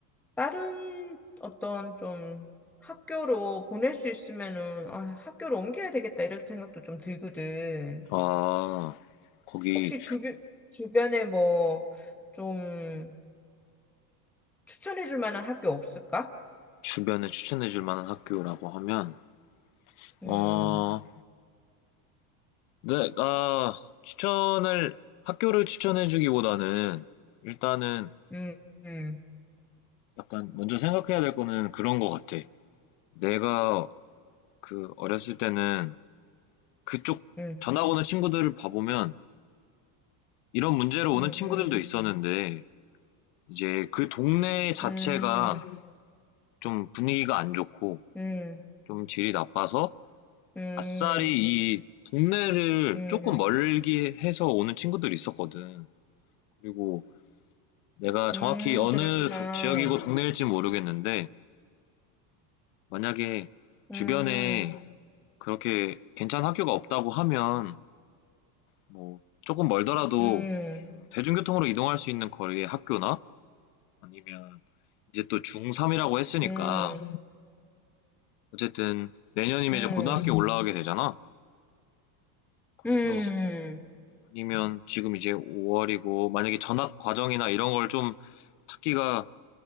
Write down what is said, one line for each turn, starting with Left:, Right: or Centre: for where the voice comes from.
Centre: 다른 어떤 좀 학교로 보낼 수 있으면은 아, 학교로 옮겨야 되겠다 이런 생각도 좀 들거든.
Left: 아, 거기
Centre: 혹시 주변 주변에 뭐 좀 추천해 줄 만한 학교 없을까?
Left: 주변에 추천해 줄 만한 학교라고 하면,
Centre: 음,
Left: 어, 내가 추천을, 학교를 추천해주기보다는 일단은
Centre: 음, 음,
Left: 약간 먼저 생각해야 될 거는 그런 거 같아. 내가 그 어렸을 때는 그쪽
Centre: 음,
Left: 전학 오는 친구들을 봐보면 이런 문제로
Centre: 음,
Left: 오는 친구들도 있었는데 이제 그 동네 자체가
Centre: 음,
Left: 좀 분위기가 안 좋고
Centre: 음,
Left: 좀 질이 나빠서
Centre: 음,
Left: 아싸리 이 동네를
Centre: 음,
Left: 조금 멀게 해서 오는 친구들이 있었거든. 그리고 내가 정확히
Centre: 음,
Left: 어느
Centre: 그랬구나.
Left: 조- 지역이고 동네일지 모르겠는데, 만약에
Centre: 음,
Left: 주변에 그렇게 괜찮은 학교가 없다고 하면, 뭐, 조금 멀더라도
Centre: 음,
Left: 대중교통으로 이동할 수 있는 거리의 학교나, 아니면 이제 또 중3이라고 했으니까,
Centre: 음, 음,
Left: 어쨌든 내년이면
Centre: 음,
Left: 이제 고등학교 올라가게 되잖아. 그래서
Centre: 음.
Left: 아니면 지금 이제 5월이고, 만약에 전학 과정이나 이런 걸 좀 찾기가